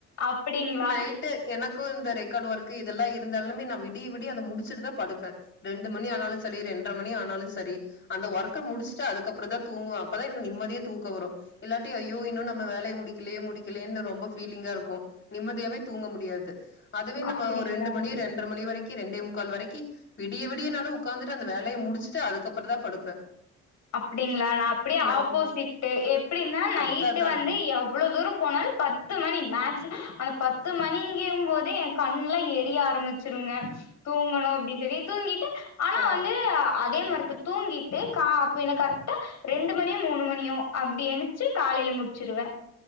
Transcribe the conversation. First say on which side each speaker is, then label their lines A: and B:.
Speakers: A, on the left; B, on the left.
A: அப்டிங்களா
B: நைட்டு எனக்கு இந்த ரே ரெக்கார்ட் ஒர்க் இதெல்லா இருந்தாலுமே நா விடிய விடிய அத முடிச்சுட்டு தா படுப்பே ரெண்டு மணி ஆனாலு சரி ரெண்ட்ர மணி ஆனாலுமசரி அந்த ஒர்க்க முடிச்ட்டு அதுக்கப்புற தா தூங்குவ அப்பதா எனக்கு நிம்மதியா தூக்க வரு இல்லாட்டி ஐயோ இன்னு நம்ம வேலய முடிக்கலயே முடிக்கலயேன்னு ரொம்ப ஃபீலிங்கா இருக்கு நிம்மதியாவே தூங்க முடியாது அதுவே நம்ம
A: அப்டிங்களா
B: ஒரு ரெண்டு மணி ரெண்ட்ர மணி வரைக் கி ரெண்டே முக்கால் வரைக்கி விடிய விடியனாலு உக்காந்துட்டு அந்த வேலய முடிச்சுட்டு அதுக்கப்புறந்தா படுப்பே
A: அப்டிங்களா நா அப்டியே
B: நம்
A: ஆப்போசிட்டு் எப்டின்னா நைட்டு
B: அதா அதா
A: வந்து எவ்ளோ தூரோ போனாலு பத்து மணி மேக் சு அந்த பத் பத்து மணிங்க்கும்போதே கண்லா எரிய ஆரம்பிச் சிருங்க தூங்கணு அப்டி சொல்லி தூங்கிட்டு ஆனா
B: ஆ
A: வந்து அதே மரத்து தூங்கிட்டு கா என கரெக்டா ரெண்டு மணியு மூணு மணியு அப்டிஎனுச்சு காலையில முடிச்சிருவே